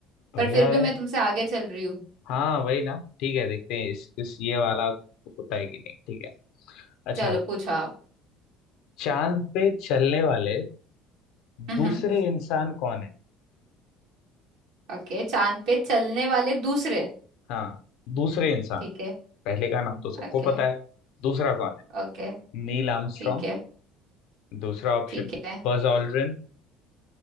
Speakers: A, on the left; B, on the right.
A: बढ़िया
B: पर फिर
A: आ
B: भी
A: रहा
B: मैं
A: है
B: तुमसे आगे चल रही हूँ
A: हाँ वही ना ठीक है देखते हैं इस, इस ये वाला होता है कि नहीं ठीक है अच्छा
B: चलो पूछो आप
A: चांद पे चलने वाले
B: हम्म
A: दूसरे इंसान कौन है
B: ओके चांद पे चलने वाले दूसरे
A: हाँ दूसरे इंसान
B: ठीक है
A: पहले का नाम तो सबको
B: ओके
A: पता है दूसरा कौन है
B: ओके
A: नील आर्मस्ट्रॉन्ग
B: ठीक है
A: दूसरा option
B: ठीक है
A: Buzz Aldrin